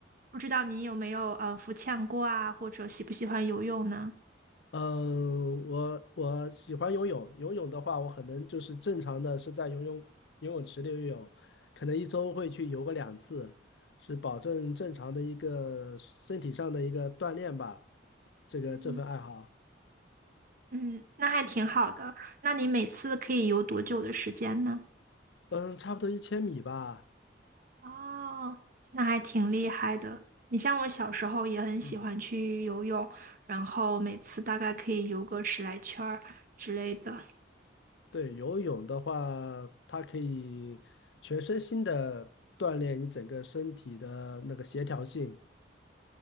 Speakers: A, on the right; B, on the left.
A: 不知道您有没有呃浮潜过啊，或者喜不喜欢游泳呢？
B: 嗯，我我喜欢游泳。游泳的话，我可能就是正常的是在游泳游泳池里游泳，可能一周会去游个两次，是保证正常的一个身体上的一个锻炼吧。这个这份爱好，
A: 嗯。嗯，那还挺好的。那你每次可以游多久的时间呢？
B: 嗯，差不多一千米吧。
A: 哦，那还挺厉害的。你像我小时候也很喜欢去游泳，
B: 嗯，
A: 然后每次大概可以游个十来圈儿之类的。
B: 对，游泳的话，它可以全身心的锻炼你整个身体的那个协调性。